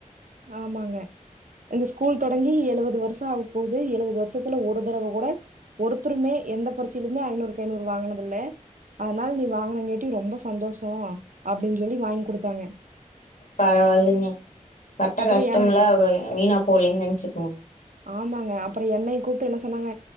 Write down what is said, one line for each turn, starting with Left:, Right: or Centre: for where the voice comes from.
Right: ஆமாங்க இந்த ஸ்கூல் தொடங்கி எழுவது வருஷொ ஆக போது எழுவது வருஷ த்துல ஒரு தடவ கூட ஒருத்தருமே எந்த பரிட்சையிலுமே ஐநூறுக் கைநூறு வாங்கினதில்ல அதனால நீ வாங்கனங்காட்டி ரொம்ப சந்தோஷோ அப்டின் சொல்லி வாங்கி குடுத்தாங்க
Left: பரவால்லைங்க பட்ட
Right: அப்புறோ
Left: கஷ்டம்லா
Right: என்னை
Left: வெ வீணா போலேனு நெனச்சுக்குங்க
Right: ஆமாங்க அப்பறோ என்னைய கூப்ட்டு என்ன சொன்னாங்க